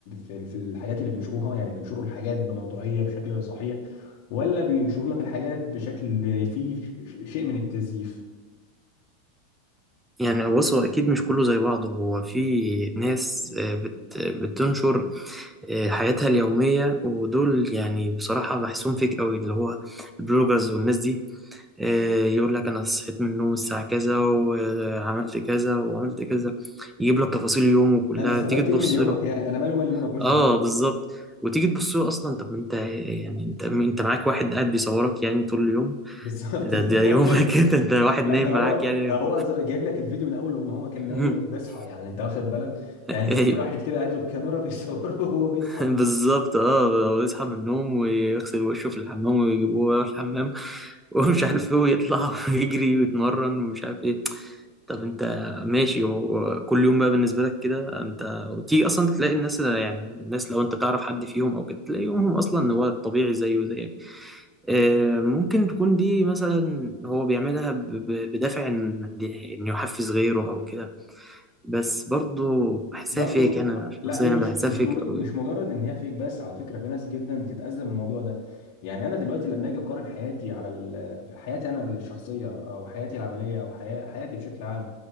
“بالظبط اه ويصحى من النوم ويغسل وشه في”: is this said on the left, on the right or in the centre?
Centre